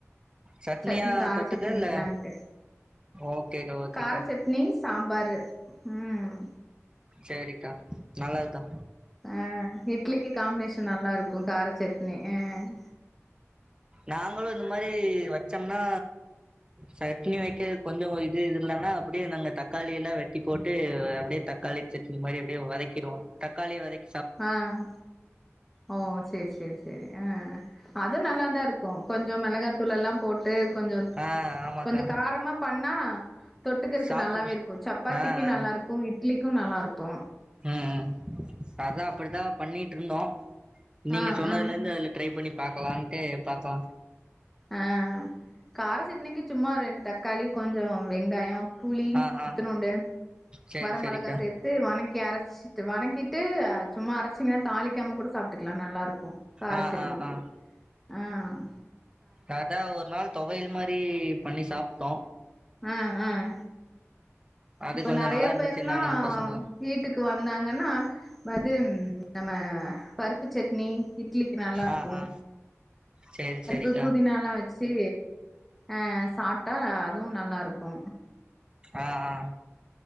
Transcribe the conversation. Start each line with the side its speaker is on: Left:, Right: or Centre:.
Right: சட்னியா
Centre: சட்னி கார
Right: தொட்டுக்க
Centre: சட்னி
Right: இல்ல
Centre: வைக்கலான்ட்டு
Right: ஓகேக்கா ஓகேக்கா
Centre: கார சட்னி சாம்பாரு உம்
Right: சேரிக்கா நல்லது தா
Centre: ஆஹ் இட்லிக்கு காம்னேஷன் நல்லா இருக்கு கார சட்னி அஹ்
Right: நாங்களும் இந்த மாதிரி சமைச்சோம்னா சட்னி வைக்க கொஞ்சம் இது இல்லன்னா அப்படியே நாங்க தக்காளி எல்லாம் வெட்டி போட்டு அப்படியே தக்காளி சட்னி மாதிரி அப்படியே வதக்கிடுவோம் தக்காளிய வதக்க
Centre: ஆஹ் ஓ செரி செரி செரி ஆஹ அது நல்ல தா இருக்கு கொஞ்சோ மிளகாத்தூள் எல்லா போட்டு கொஞ்சோ
Right: ஆ ஆமாக்கா
Centre: கொஞ்சோ காரமா பண்ணா தொட்டுக்கிறக்கு
Right: சாப்புடு
Centre: நல்லாவே இருக்கு சப்பாத்திக்கு
Right: ஆ ஆ
Centre: நல்லா இருக்கு இட் ட்லிக்கு நல்லாருக்கு
Right: ம் ம் அதா அப்படித்தா பண்ணிட்டுருந்தோ நீங்க
Centre: ஆ
Right: சொன்னதுலிருந்து
Centre: ஆ
Right: அதுல ட்ரை பண்ணி பாக்கலண்டு பாக்கல
Centre: ஆஹ் கார சட்னிக்கு சும்மா ரெண்டு தக்காளி கொஞ்சோ வெங்காயோ புளி
Right: ஆ ஆ
Centre: த்தணுண்டு
Right: சேரி
Centre: வர
Right: சேரிக்கா
Centre: மிளகா சேத்து வணக்கி அரைச்சி வணக்கிட்டு சும்மா அரைச்சிங்கன்னா தாளிக்காம கூட சாப்பிட்டுக்கலா நல்லா இருக்கு கார
Right: ஆ
Centre: சட்னிக்கு
Right: ஆ ஆ
Centre: ஆஹ்
Right: அதா ஒரு நாள் தொவயல் மாரி பண்ணி சாப் ட்டோ
Centre: ஆஹ் ஆஹ்
Right: அது
Centre: இப்ப
Right: கொஞ்சோ
Centre: நெறய
Right: நல்லா இருந்துச்சுன்னானுங்க
Centre: பேர்ல்லா
Right: பசங்க
Centre: வீட்டுக்கு வந்தாங்கன்னா வந்து நம்ம பருப்புச்செட்டு சட்னி இட்லிக்கு நல்லா இருக்கும்
Right: ஆ ஆ சேரி
Centre: பருப்பு
Right: சேரிக்கா
Centre: புதினா எல்லாம் வச்சு அஹ் சாப்ட்டா அதுவு நல்லா இருக்கு
Right: ஆ ஆ